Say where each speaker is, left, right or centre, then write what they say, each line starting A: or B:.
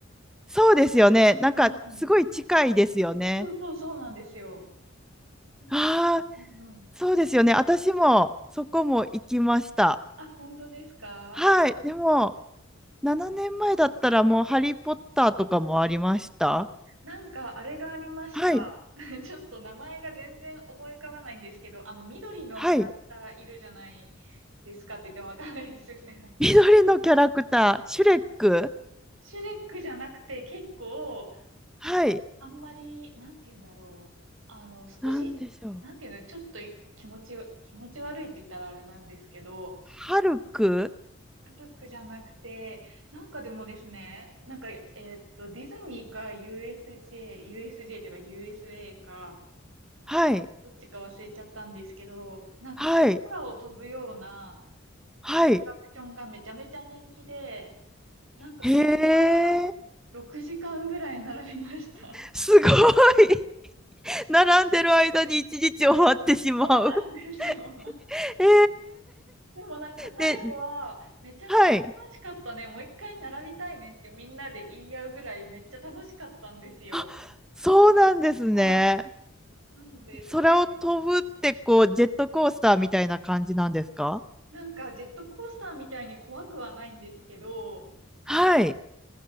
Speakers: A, in the centre; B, on the right (about 80°).
A: そうですよね。なんかすごい近いですよね。
B: うんうん。そうそうそうなんですよ。なんか、
A: ああ、
B: うんうん。
A: そうですよね。私もそこも行きました。
B: あ、本当ですか
A: はい。でも、7年前だったらもうハリー・ポッターとかもありました。
B: なんか、あれがありました。
A: はい。
B: <laughs> ちょっと名前が全然思い浮かばないんですけど、あの、緑のキャラクターいるじゃない
A: はい。
B: ですかって言ってもわかんないですよね、<laughs> なんか。
A: 緑のキャラクター、シュレック。
B: シュレックじゃなくて、結構、
A: はい。
B: あんまり、なんて言うんだろう。あの、少し、
A: なんでしょう。
B: なんていうの、ちょっと気持ちよ、気持ち悪いって言ったらあれなんですけど、
A: ハルク。
B: シュレックじゃなくて、なんかでもですね、なんか、えーっと、ディズニーか USJ、USJ っていうか USA か、
A: はい。
B: どっちか忘れちゃったんですけど、なんかこう、
A: はい。
B: 空を飛ぶような
A: はい。
B: アトラクションがめちゃめちゃ人気で、なんかそれが
A: へえ、
B: 6時間ぐらい並びました。
A: すごい。<laughs> 並んでる間に一日終わってしまう。
B: そうなんですよ。
A: <laughs> え
B: でもなんか最後は、
A: え。で、
B: めちゃめちゃ楽しかったね。
A: はい。
B: もう一回並びたいねってみんなで言い合うぐらいめっちゃ楽しかったんですよ。
A: あ、そうなんですね。
B: はい。なので、それ、
A: 空を飛ぶってこうジェットコースターみたいな感じなんですか
B: なんかジェットコースターみたいに怖くはないんですけど、
A: はい。